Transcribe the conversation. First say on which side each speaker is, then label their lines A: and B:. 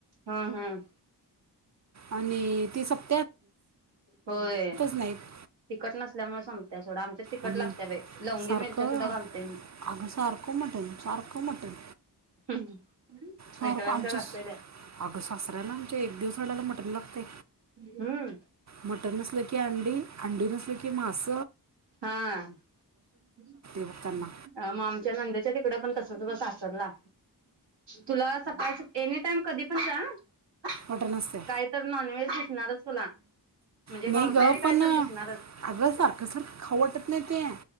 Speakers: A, on the right (about 85°); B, on the right (about 45°).
A: हं हं,
B: आणि ती सप
A: होय
B: नाहीत
A: तिखट नसल्यामुळे सम त्या सोडा आमच्याच तिखट
B: आणि
A: लागत बाई लवंगी
B: सारखं
A: मिरच्या सुद्धा घालते मी.
B: अगं सारखं मटण सारखं मटण
A: <unintelligible>
B: सारखं
A: एकेकांच्या
B: आमच्या
A: घालतोय बाई
B: अग, सासऱ्याला आमच्या एक दिवस आडाला मटण लागतय,
A: हम्म
B: मटण नसलं की अंडी अंडी नसल की मास.
A: हा, <unintelligible>
B: बघ त्यांना
A: मामच्या नंदेच्या तिकड पण तस. <unintelligible> सासरला तुला सकाळ एनी टाइम कधी पण जा आ
B: मटण असते
A: काही तर नॉनव्हेज शिकणारच तुला, म्हणजे
B: नाही
A: मांसाहारी
B: ग
A: काय
B: पण
A: तर
B: अग
A: दिसणारच
B: सारखं सारखं खाऊ वाटत नाही ते,